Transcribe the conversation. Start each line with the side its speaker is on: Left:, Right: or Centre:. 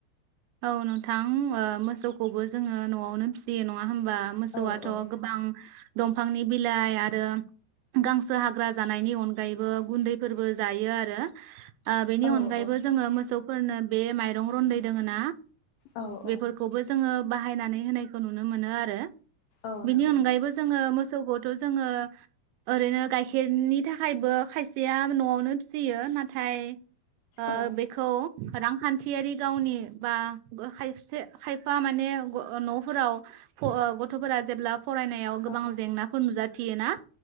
Right: औ नोंथां ओ मोसौखौबो जोङो न'आवनो फिसियो नङा होम बा मोसौआथ'
Left: औ औ
Right: गोबां दंफांनि बिलाइ आरो गांसो हाग्रा जानायनि अनगायैबो गुन्दैफोरबो जायो आरो। आं बेनि
Left: औ
Right: अनगायैबो
Left: औ
Right: जोङो मोसौ फोरनो बे माइरं रन्दै दोङो ना
Left: औ
Right: बेफोरखौबो
Left: औ
Right: जोङो बाहायनानै होनायखौ नुनो मोनो आरो।
Left: औ
Right: बिनि
Left: नंगौ
Right: अनगायैबो जोङो मोस सौखौथ' जोङो ओरैनो गाइखेरनि थाखायबो खायसेया न'आवनो फिसियो नाथाय ओ
Left: औ
Right: बेखौ रांखान्थियारि गावनि बा गो खायसे खायफा माने ग न'फोराव फ गथ'फोरा जेब्ला फरायनायाव गोबां
Left: औ
Right: जेंनाफोर नुजा थियो ना